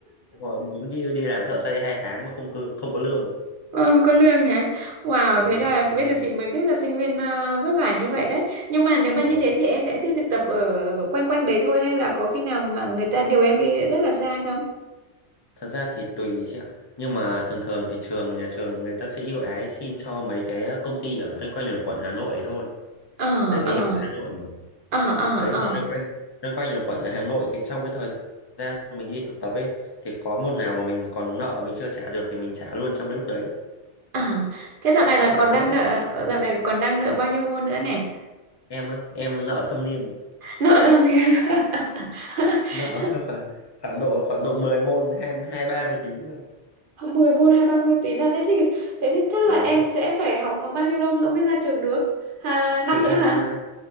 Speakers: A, on the left; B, on the right.
A: Đúng rồi, đúng như đi làm thợ xây 2 tháng mà không cư, không có lương.
B: Ôi, không có lương hả? Wow,
A: Đấy,
B: thế là
A: không
B: bây
A: lương.
B: giờ chị mới biết là sinh viên ờ, vất vả như vậy đấy. Nhưng mà nếu mà
A: Vâng.
B: như thế thì em sẽ đi thực tập ở, ở quanh quanh đấy thôi hay là có khi nào mà người ta điều em đi rất là xa không?
A: Thật ra thì tùy chị ạ. Nhưng mà thường thường thì trường, nhà trường người ta sẽ ưu ái xin cho mấy cái công ty ở loanh quanh là quận Hà Nội thôi.
B: Ờ,
A: Tại vì
B: ờ,
A: em ở Hà Nội mà.
B: ờ, ờ,
A: đấy
B: ờ,
A: thì loanh quanh loanh quanh là quẩn ở Hà Nội thì trong cái thời gian mình đi thực tập ấy thì có môn nào mà mình còn nợ mình chưa trả được thì mình trả luôn trong cái lúc đấy
B: ờ. Thế dạo này
A: đấy
B: là
A: thì
B: còn
A: nó đỡ
B: đang nợ, dạo này còn đang nợ bao nhiêu môn nữa nè?
A: em á em nợ thâm niên
B: <laughs> Nợ tao biết. <laughs>
A: nợ <laughs> khoảng khoảng độ khoảng độ mười môn hai hai ba mươi tín rồi
B: mười môn hay 30 tín à? Thế thì, thế thì chắc
A: đấy
B: là em sẽ phải học bao nhiêu lâu nữa mới ra trường được? À,
A: thì
B: năm
A: em
B: nữa hả?
A: à,